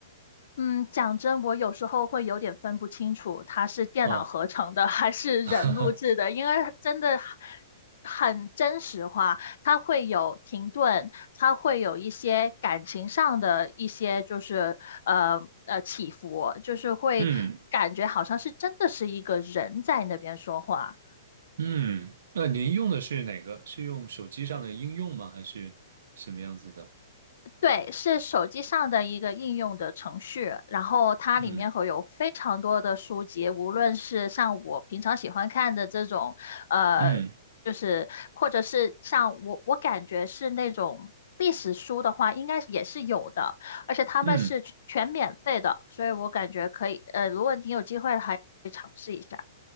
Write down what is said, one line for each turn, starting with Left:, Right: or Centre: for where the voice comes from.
Left: 嗯，讲真，我有时候会有点分不清楚它是电脑合成的还是人录制的，
Right: 哦，<laughs>
Left: 因为真的很真实化，它会有停顿，它会有一些感情上的一些就是呃呃起伏，就是会感觉好像是真的是一个人在那边说话。
Right: 嗯嗯，那您用的是哪个？是用手机上的应用吗？还是什么样子的？
Left: 对，是手机上的一个应用的程序，然后它里面会有非常多的书籍，
Right: 嗯
Left: 无论是像我平常喜欢看的这种，呃，
Right: 嗯
Left: 就是或者是像我我感觉是那种历史书的话，应该也是有的，而且他们是全全免费的，
Right: 嗯
Left: 所以我感觉可以，呃，如果你有机会还可以尝试一下。